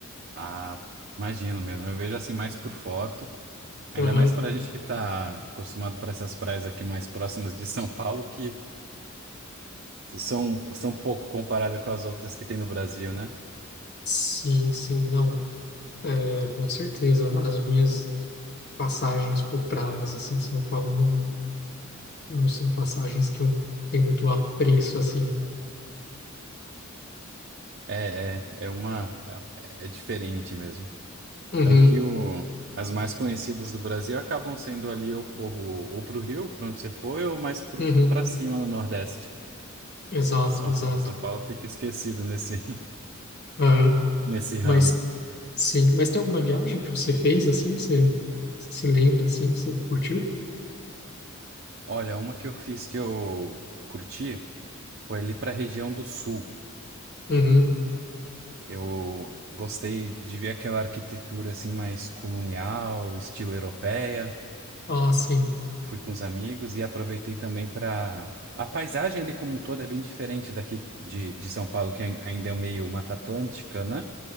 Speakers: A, on the right; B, on the left.
A: Ah, imagino mesmo. Eu vejo assim mais por foto. Ainda
B: Aham.
A: mais pra gente que tá acostumado para essas praias aqui mais próximas de São Paulo, que são, são pouco comparadas com as outras que tem no Brasil, né?
B: Sim, sim, não. É, com certeza, as minhas passagens por praias, assim, em São Paulo não, não são passagens que eu tenho muito apreço, assim.
A: É, é, é uma. É, é diferente mesmo.
B: Uhum,
A: Tanto que o, as mais conhecidas do Brasil acabam sendo ali ou, ou, ou pro Rio, pra onde você foi, ou mais pro,
B: uhum,
A: pra cima no Nordeste.
B: exato,
A: São,
B: exato.
A: São Paulo fica esquecido nesse, <laughs>
B: Aham,
A: nesse ramo.
B: mas, sim, mas tem alguma viagem que você fez, assim, que você se lembra, assim, que você curtiu?
A: Olha, uma que eu fiz que eu curti. Foi ali para a região do sul.
B: Uhum,
A: Eu gostei de ver aquela arquitetura assim mais colonial, estilo europeia.
B: ah, sim,
A: Fu- Fui com os amigos e aproveitei também para a paisagem ali como um todo é bem diferente daqui de, de São Paulo, que ain- ainda é meio Mata Atlântica, né?